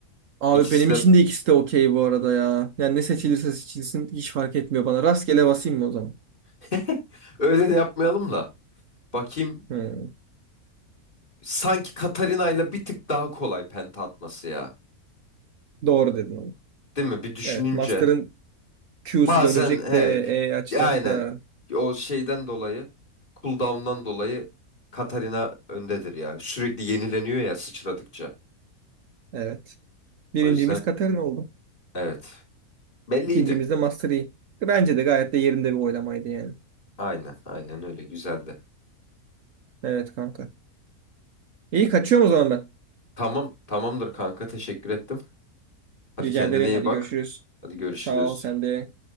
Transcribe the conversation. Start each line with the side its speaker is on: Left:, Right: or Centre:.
Right: Abi
Left: İkisi
Right: benim
Left: de
Right: için de ikisi de okey bu arada ya. Yani ne seçilirse seçilsin hiç fark etmiyor bana. Rastgele basayım mı o zaman?
Left: <laughs> öyle de yapmayalım da. Bakayım.
Right: Hmm,
Left: Sanki Katarina ile bir tık daha kolay penta atması ya.
Right: Doğru dedin onu.
Left: Değil mi? Bir düşününce.
Right: Evet. Master'ın Q'su
Left: Bazen
Right: dönecek
Left: he
Right: de
Left: k-
Right: E açacak
Left: aynen
Right: da.
Left: o şeyden dolayı cooldown'dan dolayı Katarina öndedir ya. Sürekli yenileniyor ya sıçradıkça.
Right: Evet. Birincimiz
Left: O yüzden
Right: Katarina oldu.
Left: evet. Belliydi.
Right: İkincimiz de Master Yi. Bence de gayet de yerinde bir oylamaydı yani.
Left: Aynen aynen öyle güzeldi.
Right: Evet kanka. İyi kaçıyorum o zaman ben.
Left: Tamam tamamdır kanka teşekkür ettim. Hadi
Right: Rica
Left: kendine
Right: ederim.
Left: iyi
Right: Hadi
Left: bak.
Right: görüşürüz.
Left: Hadi görüşürüz.
Right: Sağ ol sen de.